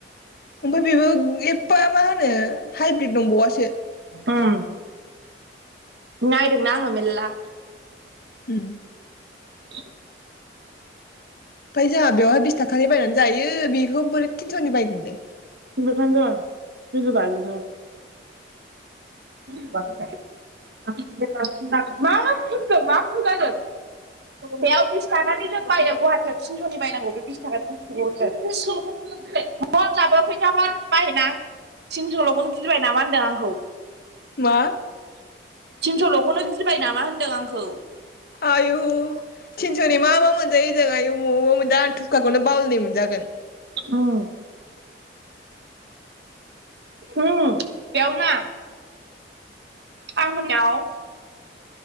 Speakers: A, on the left; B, on the right.
A: ओमफाय बेबो एफा मा होनो हाइब्रिद नंबावासो
B: उम नायदोंना आङो मेलला
A: उम
B: <inaudible>
A: ओमफाय जोंहा बेवहाय बिस थाखानि बायनानै जायो बेखौ बोरै तिनस'नि बायगोन दे
B: बेखायनोथ गिलु बालु नो माखौथो गिलु बालु होननाय <unintelligible> मानो फोनदों मा खोनादों बेयाव बिस थाखानि जों बायो गहाटियाव थिनस'नि बायनांगौ बे बिस थाखानि बुसथुखौ होनदों <unintelligible> फैसा हथ बायहैनो आं थिनस'लखौनो गिबाय नामा होनदों आंखौ
A: मा
B: थिनस'ल'खौनो गिबाय नामा होन्दों आंखौ
A: आयु थिनस'नि मा मा मोनजायो जों आय मोवबा मोनदों थुखाखौनो बावलायनाय मोनजागोन
B: उम उम बेयाव ना आं मोनाव